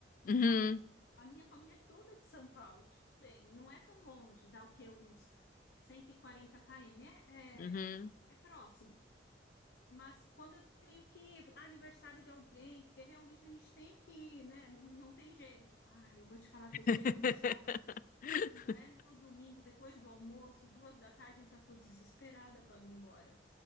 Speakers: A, on the left; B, on the left.
A: Só.
B: Uhum.
A: A minha família é toda é de São Paulo. Tudo bem, não é tão longe, dá o quê? Uns 140 km. É,
B: Uhum.
A: é, é próximo. Mas quando eu tenho que ir para aniversário de alguém, porque realmente a gente tem que ir, né? Não, não tem jeito. Ah, eu vou te falar que
B: <laughs>
A: eu chego no sábado, quando é no domingo, depois do almoço, duas da tarde, eu já estou desesperada para vir embora.